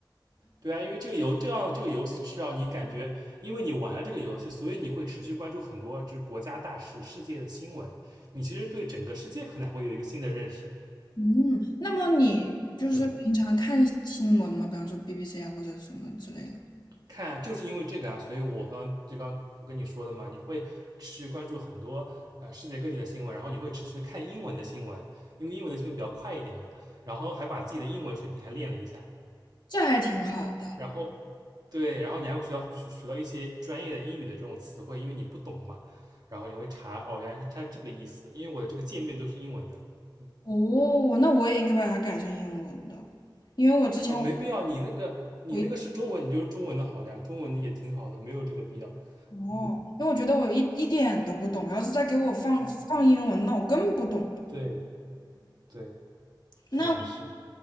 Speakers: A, on the right (about 55°); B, on the left (about 60°).
A: 对啊，因为这个游这样这个游戏至少你感觉，因为你玩了这个游戏，所以你会持续关注很多就是国家大事、世界的新闻，你其实对整个世界可能还会有一个新的认识，
B: 嗯，那么你就是平常看新闻吗？
A: 对吧？
B: 比方说 BBC 啊，或者什么之类的，
A: 看啊，就是因为这个啊，所以我刚刚就刚我跟你说的嘛，你会持续关注很多呃世界各地的新闻，然后你会持续的看英文的新闻，因为英文的新闻比较快一点嘛，然后还把自己的英文水平还练了一下，
B: 这还挺好的。
A: 然后对，然后你还会学到学学到一些专业的英语的这种词汇，因为你不懂嘛，然后你会查哦，原来是它这个意思，因为我的这个界面都是英文的，嗯，
B: 哦，那我也应该把它改成英文的，因为我之前我
A: 哦，没必要，你那个你那个是中文，
B: 我一
A: 你就是中文的好了呀，中文的也挺好的，没有这个必要，
B: 哦，
A: 嗯
B: 因为我觉得我一一点都不懂，要是再给我放放英文，
A: 嗯，
B: 那我更不懂了。
A: 对对。
B: 那
A: 啊，是，